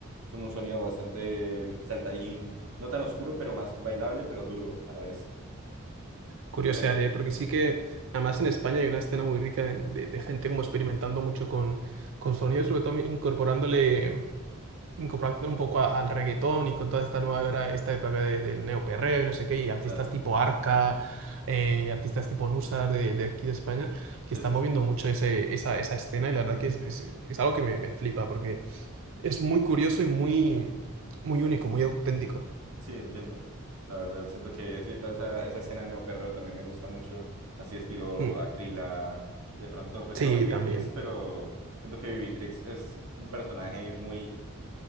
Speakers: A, on the right (about 85°); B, on the right (about 60°).
A: Es un sonido bastante saltarín, no tan oscuro, pero más bailable, pero duro a la vez. ¿Qué
B: curiosearé,
A: te podría gustar?
B: ¿eh? porque sí que, además en España hay una escena muy rica de, de- de gente como experimentando mucho con, con sonidos, sobre todo incorporándole, incorporándole un poco a- al reggaetón y con toda esta nueva era, esta época de- del neoperreo y no sé qué, y artistas
A: Claro,
B: tipo Arca, eh, artistas tipo Nusar de, de aquí de España, que
A: sí,
B: están
A: sí,
B: moviendo
A: sí,
B: mucho ese, esa, esa escena y la verdad que es, es- es algo que me, me flipa, porque es muy curioso y muy, muy único, muy auténtico.
A: sí, entiendo. La verdad, siento que sí, toda esa, esa escena neoperreo también me gusta mucho, así estilo
B: Mm.
A: Acrila, de pronto, pues
B: Sí,
A: no Vivitrix,
B: también.
A: pero siento que Vivitrix es un personaje muy